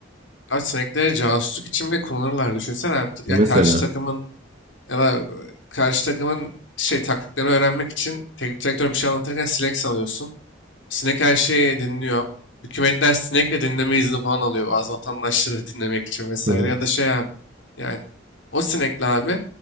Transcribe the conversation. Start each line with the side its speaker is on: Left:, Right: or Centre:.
Left: Abi sinekleri casusluk için bile kullanırlar. Düşünsene abi. Ya
Right: Mesela.
Left: karşı takımın ya da e, karşı takımın şey taktiklerini öğrenmek için teknik direktör bir şey anlatırken sinek sanıyorsun. Sinek her şeyi dinliyor. Hükümetler sinekle dinleme izni falan alıyor bazı vatandaşları <laughs> dinlemek için vesaire.
Right: Hı hı.
Left: Ya da şey abi. Yani o sinekle abi